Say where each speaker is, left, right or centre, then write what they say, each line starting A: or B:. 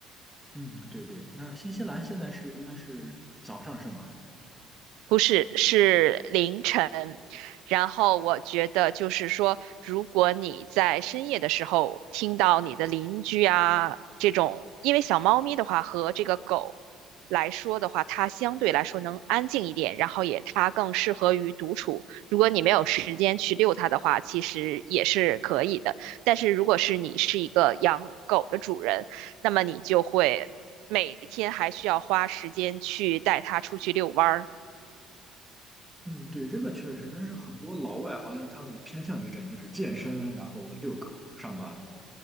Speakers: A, in the centre; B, on the right (about 90°).
A: 嗯，<laughs> 对对。那新西兰现在是应该是早上是吗？
B: 不是，是凌晨。然后我觉得就是说，如果你在深夜的时候听到你的邻居啊这种，因为小猫咪的话和这个狗来说的话，它相对来说能安静一点，然后也它更适合于独处。如果你没有时间去遛它的话，其实也是可以的。但是如果是你是一个养狗的主人，那么你就会每天还需要花时间去带它出去遛弯儿。
A: 嗯，对，这个确实，但是很多老外好像他们偏向于这，样，就是健身，然后遛狗、上班，